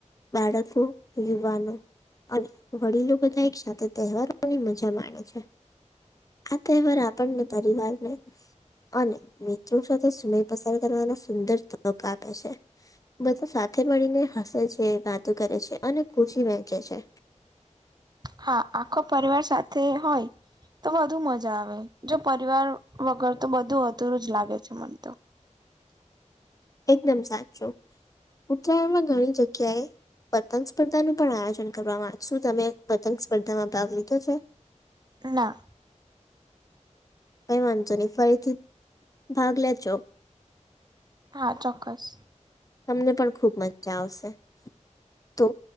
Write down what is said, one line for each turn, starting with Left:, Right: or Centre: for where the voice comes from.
Left: બાળકો, યુવાનો. અને વડીલો બધા એક સાથે તહેવારોની મજા માણે છે. આ તહેવાર આપણને પરિવારને અને મિત્રો સાથે સમય પસાર કરવાનો સુંદર તક આપે છે. બધા સાથે મળીને હસે છે, વાતો કરે છે, અને ખુશી વહેંચે છે.
Right: હા! આખો પરિવાર સાથે હોય તો વધુ મજા આવે, જો પરિવાર વગર તો બધું અધુરુંજ લાગે છે મને તો.
Left: એકદમ સાચું, ઉત્તરાયણમાં ઘણી જગ્યાએ પતંગ સ્પર્ધા નું પણ આયોજન કરવામા આવે, શું તમે પતંગ સ્પર્ધામાં ભાગ લીધો છે? <inaudible>
Right: ના
Left: કઈ વાંધો નહી, ફરીથી ભાગ લેજો.
Right: હા ચોક્કસ.
Left: તમને પણ ખુબ મજા આવશે. તો,